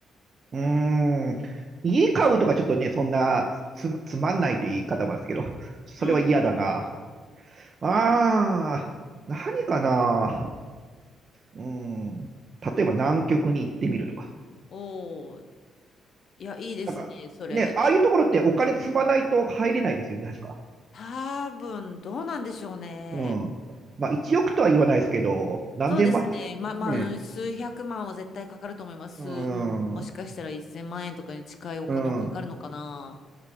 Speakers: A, on the right; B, on the left.
A: うーん。家買うとかちょっとね、そんなつ、つまんないという言い方もですけど、それは嫌だな。
B: うんうんうんうん。
A: あー、何かな。うーん。例えば南極に行ってみるとか。
B: おー、いや、いいですね、
A: なんか、
B: それ。
A: ね、ああいうところってお金積まないと入れないですよね、確か。
B: 多分、どうなんでしょうね。
A: うん。まあ、1億とは言わないですけど、何千万とか。
B: そうですね。ま、まあ、
A: ね。
B: うん数百万は絶対かかると思います。
A: うー
B: うん、もしかしたら1000万円とかに近いお金はかかるのかな。
A: ん。うん。